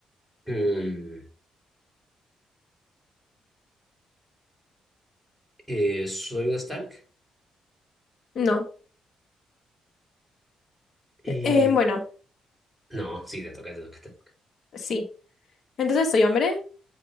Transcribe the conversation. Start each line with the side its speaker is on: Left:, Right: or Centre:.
Centre: Mm, eh, ¿soy un Stark?
Left: No.
Centre: Eh,
Left: Eh, bueno,
Centre: no, sí, te toca, te toca, te toca.
Left: sí. Entonces soy hombre.